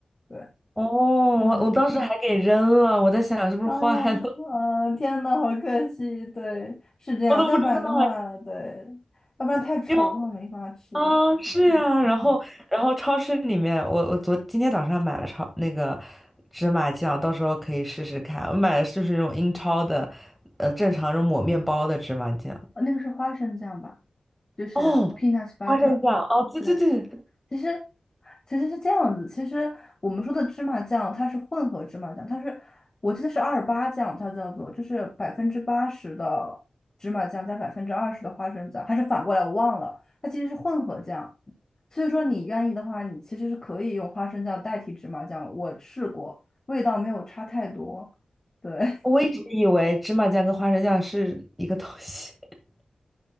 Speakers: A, on the left; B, in the centre.
A: 对，
B: 哦，我我当时还给扔了，
A: 嗯，
B: 我在想是不是坏了，
A: 啊啊，天呐，好可惜，对，是这样，
B: <laughs> 我都不知道哎，
A: 要不然的话，对，要不然太稠的话没法吃，
B: 因为啊是呀，
A: 嗯嗯，
B: 然后然后超市里面，我我昨今天早上买了超那个芝麻酱，到时候可以试试看。我买的就是那种英超的，呃，正常那种抹面包的芝麻酱。
A: 啊那个是花生酱吧，就是
B: 哦，
A: peanut butter，
B: 花生酱，哦，对对对，
A: 对。其实其实是这样子，其实我们说的芝麻酱，它是混合芝麻酱，它是我记得是二八酱，它叫做就是百分之八十的芝麻酱加百分之二十的花生酱，还是反过来我忘了，它其实是混合酱。所以说你愿意的话，你其实是可以用花生酱代替芝麻酱的我试过，味道没有差太多。对，
B: 我一直以为芝麻酱跟花生酱是一个东西，<laughs>